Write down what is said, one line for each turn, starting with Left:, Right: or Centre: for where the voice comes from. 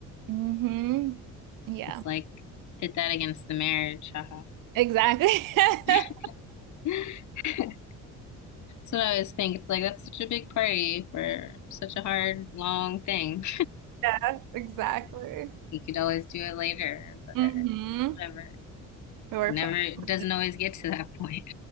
Right: hmm Yeah,
Left: It's like hit that against the marriage. Haha.
Right: exactly. <laughs>
Left: <laughs> That's what I always think. It's like that's such a big party for such a hard, long thing.
Right: Yeah, exactly.
Left: You could always do it later, but
Right: hmm
Left: whatever.
Right: Or
Left: Never
Right: put
Left: it doesn't
Right: Ex-
Left: always get to that point.